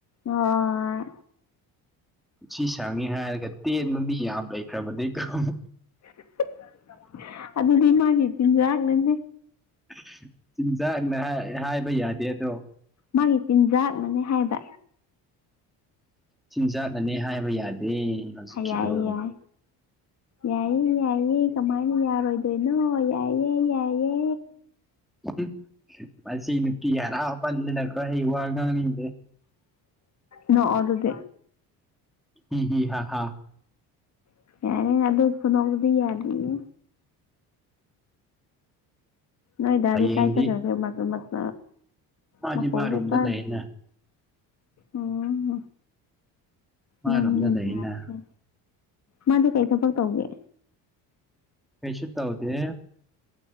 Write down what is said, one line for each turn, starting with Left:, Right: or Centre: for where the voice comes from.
Left: ꯑꯣꯏ
Centre: ꯁꯤ ꯁꯥꯡꯉꯦ ꯍꯥꯏꯔꯒ ꯇꯦꯟꯕ ꯃꯤ ꯌꯥꯝ ꯂꯩꯈ꯭ꯔꯕꯅꯤꯀꯣ <unintelligible>
Left: <unintelligible> ꯑꯗꯨꯗꯤ ꯃꯥꯒꯤ ꯆꯤꯟꯖꯥꯛꯅꯅꯦ
Centre: <unintelligible> ꯆꯤꯟꯖꯥꯛꯅ ꯍꯥꯏ-ꯍꯥꯏꯕ ꯌꯥꯗꯦ ꯑꯗꯣ
Left: ꯃꯥꯒꯤ ꯆꯤꯟꯖꯥꯛꯅꯅꯦ ꯍꯥꯏꯕ
Centre: ꯆꯤꯟꯖꯥꯛꯅꯅꯦ ꯍꯥꯏꯕ ꯌꯥꯗꯦ ꯍꯧꯖꯤꯛꯀꯤꯗꯣ
Left: ꯌꯥꯏ-ꯌꯥꯏ ꯌꯥꯏꯌꯦ-ꯌꯥꯏꯌꯦ ꯀꯃꯥꯏꯅ ꯌꯥꯔꯣꯏꯗꯣꯏꯅꯣ ꯌꯥꯏꯌꯦ-ꯌꯥꯏꯌꯦ
Centre: <unintelligible> ꯃꯁꯤ ꯅꯨꯄꯤ ꯍꯔꯥꯎꯄꯟꯗꯅꯀꯣ ꯑꯩ ꯋꯥ ꯉꯥꯡꯅꯤꯡꯗꯦ
Left: ꯅꯣꯛꯑꯣ ꯑꯗꯨꯗꯤ
Centre: <unintelligible>
Left: <unintelligible> ꯑꯗꯨꯏ ꯈꯨꯅꯣꯛꯇꯨꯗꯤ ꯌꯥꯗꯤꯌꯦ ꯅꯣꯏ ꯗꯥꯗꯤ
Centre: ꯍꯌꯦꯡꯗꯤ
Left: ꯀꯥꯏ ꯆꯠꯈꯔꯒꯦ <unintelligible>
Centre: ꯃꯥꯗꯤ
Left: ꯃꯈꯣꯜꯁꯨ
Centre: ꯃꯥꯔꯣꯝꯗ
Left: ꯇꯥꯗꯦ
Centre: ꯂꯩꯅ
Left: ꯑꯝ
Centre: ꯃꯥꯔꯣꯝꯗ
Left: ꯅꯪꯅꯤꯅ
Centre: ꯂꯩꯅ
Left: ꯅꯨꯡꯉꯥꯏꯔꯤꯁꯦ ꯃꯥꯗꯤ ꯀꯔꯤ ꯊꯕꯛ ꯇꯧꯒꯦ
Centre: ꯀꯩꯁꯨ ꯇꯧꯗꯦ